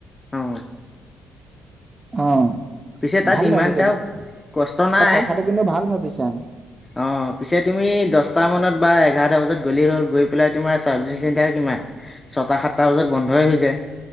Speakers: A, on the left; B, on the right.
A: অ,
B: অঁ
A: পিছে তাত
B: ভাল
A: ইমান
B: ভাবিচাগৈ
A: এটাও কষ্ট নাই
B: অ কথাটো কিন্তু ভাল ভাবিছা।
A: অ পিছে তুমি দশটা মানত বা এঘাৰটা বজাত গ'লেই হ'ল গৈ পেলাই তোমাৰ চাৰ্ভিচিং চেণ্টাৰ কিমান। ছইটা সাতটা বজাত বন্ধই হৈ যায়।